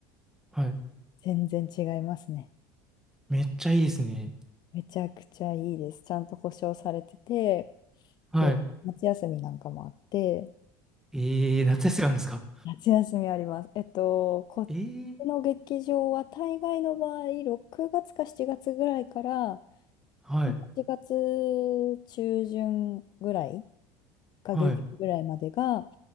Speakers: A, in the centre; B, on the left.
A: はい。
B: 全然違いますね。
A: めっちゃいいですね。
B: めちゃくちゃいいです。ちゃんと保証されてて、
A: はい。
B: で、夏休みなんかもあって、
A: えー、夏休みあるんですか
B: 夏休みあります。えっと、こっちの劇場は大概の場合、
A: えー、
B: 6月か7月ぐらいから、8月
A: はい。
B: 中旬ぐらいか下旬ぐらいまでが、
A: はい。